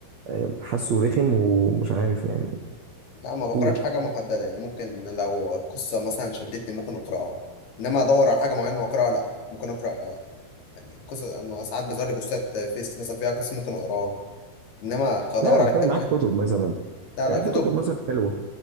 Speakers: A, on the right; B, on the left.
A: آه، حاسه رخم ومش عارف يعني
B: لا ما بقراش
A: قول
B: حاجة محددة يعني ممكن لو قصة مثلا شدتني ممكن أقرأها إنما أدور على حاجة معينة وأقرأها لا ممكن أقرأ آه، يعني قصة ما ساعات بيظهر لي بوستات فيس مثلا فيها قصة ممكن أقراها إنما أدور
A: لا انا
B: على
A: بتكلم
B: كتاب
A: معاك
B: معين
A: كتب مثلا
B: لا
A: يعني
B: لا كتب
A: في كتب مثلا حلوة